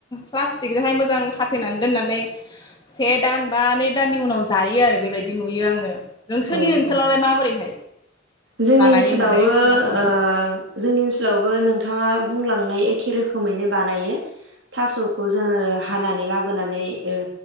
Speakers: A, on the left; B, on the right.
A: प्लास्टिकजोंहाय मोजां खाथेनानै दोननानै से दान बा नै दाननि उनाव जायो आरो बेबायदि नुयो आङो नोंसोरनि
B: औ
A: ओनसोलावलाय
B: औ
A: माबोरैहाय
B: जोंनि
A: बानायो
B: ओनसोलावबो
A: माने नाफामखौ
B: ओ जोंनि ओनसोलावबो नोंथाङा बुंलांनाय एखे रोखोमैनो बानायो थास'खौ जोङो हानानै लाबोनानै ओ